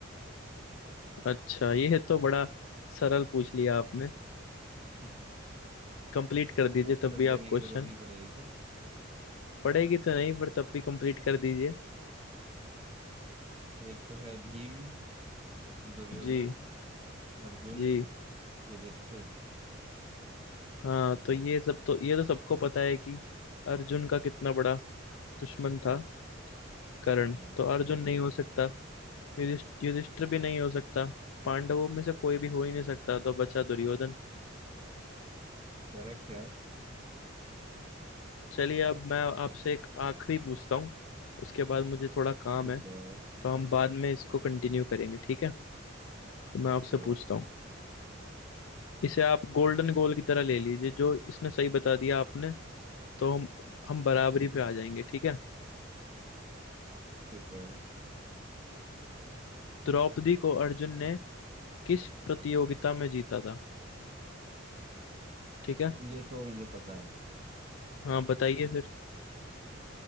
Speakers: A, on the left; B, on the right.
A: अच्छा ये तो बड़ा सरल पूछ लिया आपने
B: <laughs>
A: कंप्लीट कर दीजिए
B: ऑप्शन
A: तब भी
B: देने
A: आप क्वेश्चन
B: की जरूरत नहीं पड़ेगी क्या
A: पढ़ेगी तो नहीं पर तब भी कंप्लीट कर दीजिए
B: एक तो है भीम दुर्योधन
A: जी
B: अर्जुन
A: जी
B: युधिष्ठिर
A: हाँ तो ये सब तो ये तो सबको पता है कि अर्जुन का कितना बड़ा दुश्मन था कर्ण
B: हाँ
A: तो अर्जुन नहीं हो सकता युधिष- युधिष्ठिर भी नहीं हो सकता पांडवों में से कोई भी हो ही नहीं सकता तो बचा दुर्योधन
B: करेक्ट यार
A: चलिए अब मैं आपसे एक आखिरी पूछता हूँ उसके बाद मुझे थोड़ा काम
B: ठीक
A: है
B: है
A: तो हम बाद में इसको कंटिन्यू करेंगे ठीक है तो मैं
B: ओके
A: आपसे पूछता हूँ इसे आप गोल्डन गोल की तरह ले लीजिए जो इसने सही बता दिया आपने तो हम
B: हम्म,
A: हम बराबरी पे आ जाएंगे ठीक है
B: ठीक है
A: द्रौपदी को अर्जुन ने किस प्रतियोगिता में जीता था ठीक है
B: ये तो मुझे पता है
A: हाँ बताइए फिर